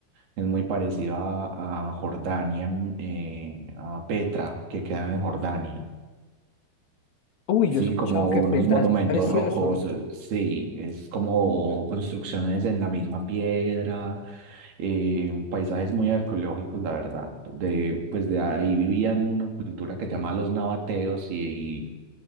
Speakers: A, on the right (about 80°); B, on the left (about 70°).
A: Es muy parecido a, a Jordania, en- eh, a Petra, que queda en Jordania.
B: Uy,
A: Sí,
B: yo he escuchado
A: como
B: que
A: unos
B: Petra
A: monumentos
B: es precioso.
A: rocosos. Sí, es como construcciones en la misma piedra, eh, paisajes muy arqueológicos, la verdad. De, pues de ahí vivían una cultura que llamaba los nabateos y